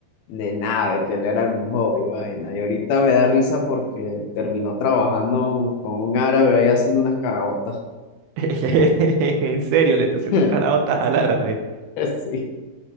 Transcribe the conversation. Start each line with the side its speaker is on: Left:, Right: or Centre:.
Left: de nada, de que él era el mejor y vaina. Y ahorita me da risa porque terminó trabajando con un árabe ahí haciendo unas caraotas.
Right: <laughs> En serio, le está haciendo
Left: <laughs>
Right: caraotas al árabe.
Left: Sí.